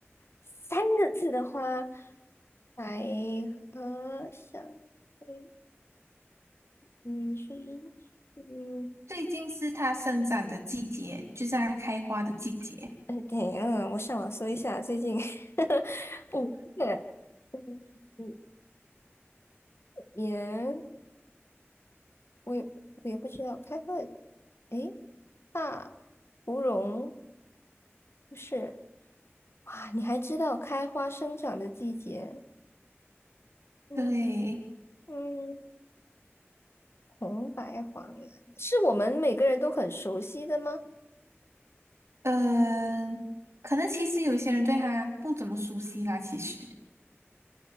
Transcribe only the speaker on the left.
三个字的话，百合香会，嗯，薰衣，嗯，
哎，等一我上网搜一下，最近 <laughs> 五月，嗯，五年，我也我也不知道，开花的，诶，大芙蓉不是，哇，你还知道开花生长的季节？嗯
嗯。红白黄蓝是我们每个人都很熟悉的吗？